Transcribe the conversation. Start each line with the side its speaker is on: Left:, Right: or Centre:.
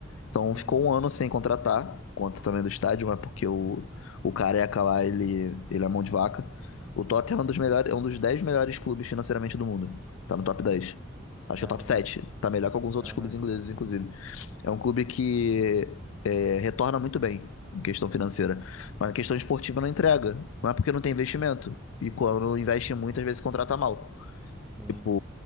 Left: Então
Centre: Uhum.
Left: ficou um ano sem contratar, por conta também do estádio, mas porque o, o careca lá, ele, ele é mão de vaca. O Tottenham é um dos melhores, é um dos 10 melhores clubes financeiramente do mundo. Tá no top 10. Acho
Centre: Caramba.
Left: que é o top 7, Tá melhor que alguns outros
Centre: Aham.
Left: clubes ingleses, inclusive. É um clube que é, retorna muito bem em questão financeira. Mas a questão esportiva não entrega. Não é porque não tem investimento. E quando investe muito, às vezes contrata mal.
Centre: Sim.
Left: Tipo,